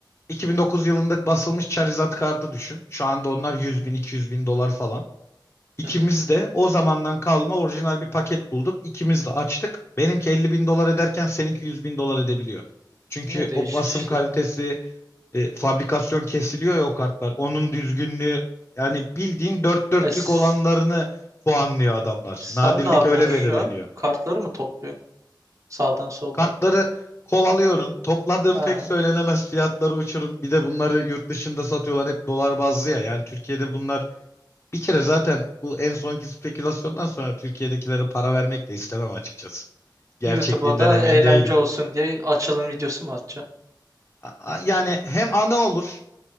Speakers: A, on the left; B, on the right.
A: 2009 yılında basılmış Charizard kartı düşün. Şu anda onlar 100 bin 200 bin dolar falan. İkimiz
B: Hı hı.
A: de o zamandan kalma orijinal bir paket bulduk. İkimiz de açtık. Benimki 50 bin dolar ederken seninki 100 bin dolar edebiliyor. Çünkü
B: Ne değişik
A: o basım
B: işler.
A: kalitesi, e, fabrikasyon kesiliyor ya o kartlar. Onun düzgünlüğü yani bildiğin dört dörtlük
B: E, s-
A: olanlarını puanlıyor adamlar.
B: sen
A: Nadirlik
B: ne yapıyorsun
A: öyle belirleniyor.
B: şu an? Kartları mı topluyorsun sağdan soldan?
A: Kartları kovalıyorum. Topladığım
B: Ha.
A: pek söylenemez fiyatları uçurum. Bir de bunları yurt dışında satıyorlar hep dolar bazlı ya. Yani Türkiye'de bunlar bir kere zaten bu en sonki spekülasyondan sonra Türkiye'dekilere para vermek de istemem açıkçası. Gerçekliğinden
B: YouTube'a da
A: emin
B: eğlence
A: değilim.
B: olsun diye açılım videosu mu atacaksın?
A: A- a- Yani hem anı olur.